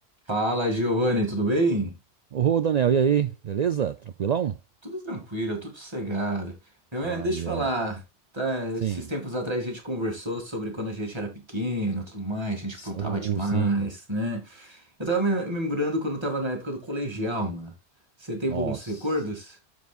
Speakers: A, on the right (about 25°); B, on the right (about 55°).
A: Fala, Giovanni, tudo bem?
B: Ô, Daniel, e aí? Beleza? Tranquilão?
A: Tudo tranquilo, tudo sossegado. Eu,
B: Aí,
A: eh, deixa eu falar,
B: ó.
A: tá,
B: Sim.
A: esses tempos atrás a gente conversou sobre quando a gente era pequeno, tudo mais, a gente
B: S-
A: aprontava demais,
B: sim.
A: né? Eu tava me me lembrando quando eu tava na época do colegial, mano. Você tem
B: Nossa.
A: bons recordos?